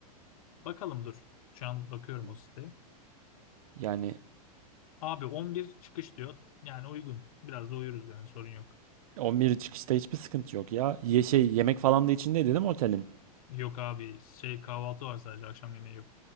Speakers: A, on the left; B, on the right.
A: Bakalım dur. Şu an bakıyorum
B: Tamam.
A: o siteye.
B: yani
A: Abi 11 çıkış diyor. Yani uygun. Biraz da uyuruz yani sorun yok.
B: 11 çıkışta hiçbir sıkıntı yok ya. Ye şey yemek falan da içinde dedim otelin.
A: Yok abi şey kahvaltı var sadece akşam yemeği yok.